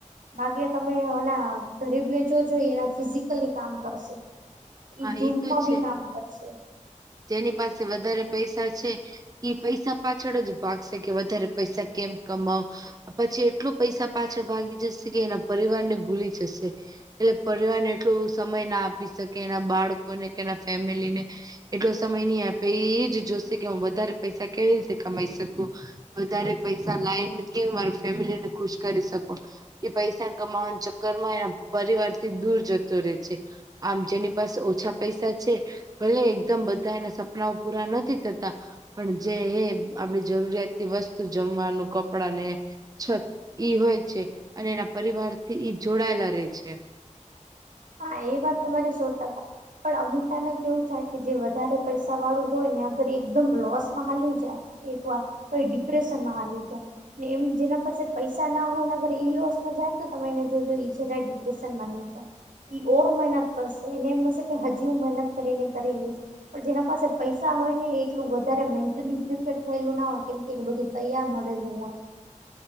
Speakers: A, on the right (about 85°); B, on the right (about 30°).
A: બાકી તમે ઓના ગરીબને જોજો ઈ એના ફિઝિકલી કામ કરશે. ઈ
B: હા
A: ધૂપમાં
B: એ તો છે
A: બી કામ કરશે.
B: જેની પાસે વધારે પૈસા છે. ઈ પૈસા પાછળ જ ભાગશે કે વધારે પૈસા કેમ કમાવ. અ પછી એટલું પૈસા પાછળ ભાગી જશે કે એના પરિવારને ભૂલી જશે. એટલે પરિવારને એટલો સમય ના આપી શકે એના બાળકોને કે એના ફેમિલીને એટલો સમય ની આપે. એ ઈજ જોશે કે હું વધારે પૈસા કેવી રીતે કમાઈ શકું. વધારે પૈસા લાઈન કે મારા ફેમિલીને ખુશ કરી શકો. ઈ પૈસા કમાવાના ચક્કરમાં એના પરિવારથી દૂર જત તો રે છે. આમ જેની પાસે ઓછા પૈસા છે ભલે એ બધાંયના સપનાઓ પૂરા નથી થતા. પણ જે હે આપણે જરૂરિયાતતી વસ્તુ જમવાનું, કપડાંને છત ઈ હોય છે. અને એના પરિવારથી ઈ જોડાયેલા રહેે છે.
A: હા એ વાત તમારી સો ટકા પણ અમુક ટાઈમે કેવું થાય કે જે વધારે પૈસાવાળું હોય ને અગર એ એકદમ લોસમાં હાલ્યું જાય. એકવાર તો ઈ ડિપ્રેશનમાં હાલ્યું જાય. ને એમ જેના પાસે પૈસ પૈસા ના હોય ને અગર ઈ લોસમાં જાય ને તો તમે એને જોજો ઈ જરાય ડિપ્રેશનમાં નહી જાય. ઈ ઓર મહેનત કરશે એને એમ હશે કે હજી હું મહેનત કરીને કરી લઈશ. પણ જેના પાસે પૈસા હોય ને એટલું વધારે મેન્ટલી પ્રિપેર થયેલું ના હોય કેમ કે એને બધું તૈયાર મલેલું હોય.